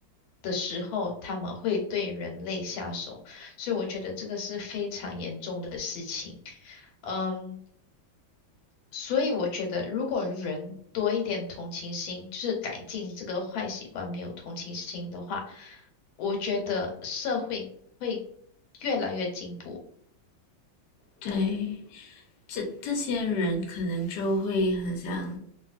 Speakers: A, on the left; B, on the left.
A: 的时候，他们会对人类下手，所以我觉得这个是非常严重的事情。嗯，所以我觉得如果人多一点同情心，就是改进这个坏习惯，没有同情心的话，我觉得社会会越来越进步。
B: 对，这这些人可能就会很像